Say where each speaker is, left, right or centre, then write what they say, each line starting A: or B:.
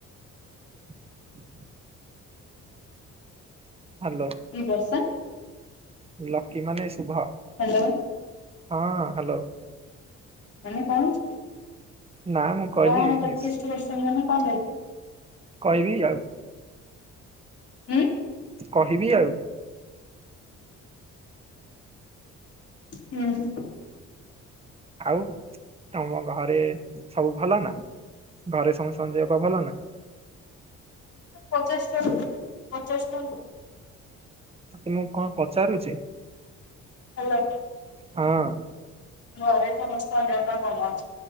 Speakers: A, on the right; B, on the left.
A: <inaudible> ହ୍ୟାଲୋ
B: କି ବର୍ଷନ୍?
A: ଲକି ମାନେ ଶୁଭ
B: ହାଲୋ।
A: ହଁ ହାଲୋ।
B: ମାନେ କଣ ହେଇଚି କି?
A: ନା ମୁଁ କହିଲି
B: କଣ ଲକିଏଷ୍ଟ ପର୍ସନ ମାନେ କଣ ପାଇଁ?
A: କହିବି ଆଉ।
B: ହୁଁ?
A: କହିବି ଆଉ।
B: ହୁଁ।
A: ଆଉ ତମ ଘରେ ସବୁ ଭଲ ନା? ଘରେ ସ ସମସ୍ତଙ୍କ ଦେହ ପାଅ ଭଲ ନା?
B: ପଚାଶ ଟା ପଚାଶ ଟା
A: ତ ତୁମକୁ କଣ ପଚାରୁଛି?
B: ହଲୋ।
A: ହଁ।
B: ଘରେ ସମସ୍ତଙ୍କ ଦ ଦେହ ଭଲ ଅଛି